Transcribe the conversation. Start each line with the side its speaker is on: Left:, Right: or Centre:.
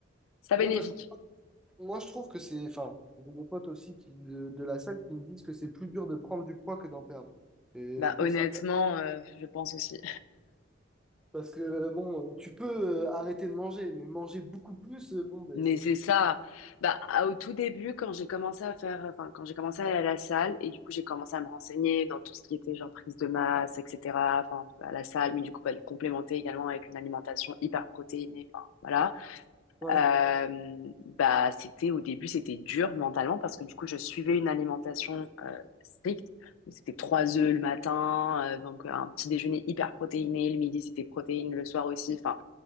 Left: c'est pas bénéfique.
Centre: Ouais, parce que moi je trouve que c'est, enfin, j'ai des potes aussi qui, de, de la salle qui me disent que c'est plus dur de prendre du poids que d'en perdre. Et
Left: Bah
Centre: je trouve
Left: honnêtement,
Centre: ça
Left: euh, je pense aussi.
Centre: Parce que, bon, tu peux euh, arrêter de manger, mais manger beaucoup plus, euh, bon, ben,
Left: Mais
Centre: c'est
Left: c'est
Centre: quoi?
Left: ça. Bah, à- au tout début, quand j'ai commencé à faire, enfin, quand j'ai commencé à aller à la salle, et du coup, j'ai commencé à me renseigner dans tout ce qui était genre prise de masse, etc. Enfin, à la salle, mais du coup, pas le complémenter également avec une alimentation hyper protéinée. Enfin, voilà.
Centre: Ouais,
Left: Euh, bah, c'était au début, c'était dur mentalement parce que du coup, je suivais une alimentation euh, stricte. Donc, C'était trois œufs le matin, euh, donc un petit déjeuner hyper protéiné. Le midi, c'était protéines. Le soir aussi. enfin,